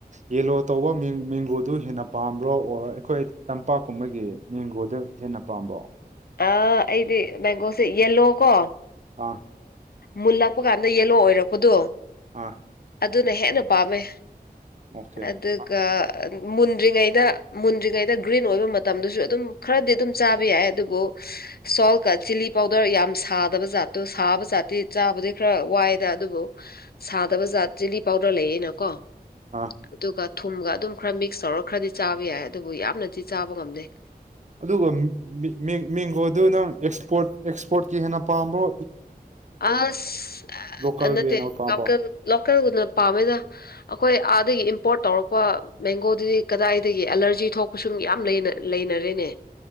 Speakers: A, on the right (about 45°); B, on the left (about 70°).
A: ꯌꯦꯂꯣ ꯇꯧꯕ ꯃꯦꯡꯒꯣꯗꯨ ꯍꯦꯟꯅ ꯄꯥꯝꯕ꯭ꯔꯣ ꯑꯣ ꯑꯩꯈꯣꯏ ꯇꯝꯄꯥꯛꯀꯨꯝꯕꯒꯤ ꯃꯦꯡꯒꯣꯗ ꯍ ꯩ <inaudible> ꯅꯄꯥꯝꯕꯣ
B: ꯑ ꯑꯩꯗꯤ ꯃꯕꯦꯡꯒꯣꯁꯦ ꯌꯦꯂꯣꯀꯣ
A: ꯑꯥ
B: ꯃꯨꯜꯂꯛꯄ ꯀꯥꯟꯗ ꯌꯦꯂꯣ ꯑꯣꯏꯔꯛꯄꯗꯣ
A: ꯑ <unintelligible> <inaudible>
B: ꯑꯗꯨꯅ ꯍꯦꯟꯅ ꯄꯥꯝꯃꯦ
A: ꯑꯣꯀꯦ
B: ꯑꯗꯨꯒ
A: ꯑꯥ
B: ꯃꯨꯟꯗ꯭ꯔꯤꯉꯩꯗ ꯃꯨꯟꯗ꯭ꯔꯤꯉꯩꯗ ꯒ꯭ꯔꯤꯟ ꯑꯣꯏꯕ ꯃꯇꯝꯗꯨꯁꯨ ꯑꯗꯨꯝ ꯈꯔꯗꯤ ꯑꯗꯨꯝ ꯆꯥꯕ ꯌꯥꯏ ꯑꯗꯨꯕꯨ ꯁꯣꯜꯀ ꯆꯤꯂꯤ ꯄꯥꯎꯗꯔ ꯌꯥꯝꯅ ꯁꯥꯗꯕ ꯖꯥꯠꯇꯣ ꯁꯥꯕ ꯥꯠꯇꯤ ꯆꯥꯕꯗꯤ ꯈꯔ ꯋꯥꯏꯗ ꯑꯗꯨꯕꯨ ꯁꯥꯗꯕ ꯖꯥꯠ ꯆꯤꯂꯤ ꯄꯥꯎꯗꯔ ꯂꯩꯌꯦꯅꯀꯣ
A: ꯑꯥ
B: ꯑꯗꯨꯒ ꯊꯨꯝꯒ ꯑꯗꯨꯝ ꯈꯔ ꯃꯤꯛꯁ ꯇꯧꯔ ꯈꯔꯗꯤ ꯆꯥꯕ ꯌꯥꯏ ꯑꯗꯨꯕꯨ ꯌꯥꯝꯅꯗꯤ ꯆꯥꯕ ꯉꯝꯅꯩ
A: ꯑꯗꯨꯒ ꯃꯦꯡꯒꯣꯗꯨ ꯅꯪ ꯑꯦꯛꯁꯄꯣꯔꯠ ꯑꯦꯛꯁꯄꯣꯔꯠꯀꯤ ꯍꯦꯟꯅ ꯄꯥꯝꯕꯣ
B: ꯑꯁ
A: ꯂꯣꯀꯦꯜꯒꯤ
B: ꯅꯠꯇꯦ
A: ꯍꯦꯟꯅ ꯄꯥꯝꯕ꯭ꯔꯣ
B: ꯂꯣꯀꯦꯜ ꯂꯣꯀꯦꯜꯒꯨꯝꯅ ꯄꯥꯝꯃꯤꯅ ꯑꯩꯈꯣꯏ ꯑꯥ ꯑꯗꯒꯤ ꯏꯝꯄꯣꯔꯠ ꯇꯧꯔꯛꯄ ꯃꯦꯡꯒꯣꯗꯨꯗꯤ ꯀꯗꯥꯏꯗꯒꯤ ꯑꯦꯂꯔꯖꯤ ꯊꯣꯛꯄ ꯁꯨꯝ ꯌꯥꯝ ꯂꯩꯅꯔꯦꯅꯦ